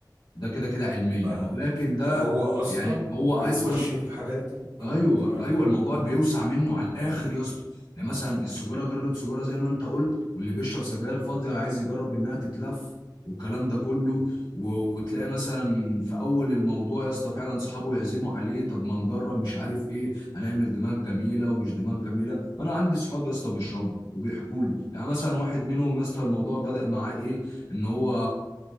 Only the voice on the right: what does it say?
ما
ما هو اصلا
بيخش
في الحاجات دي اه
تمام
كم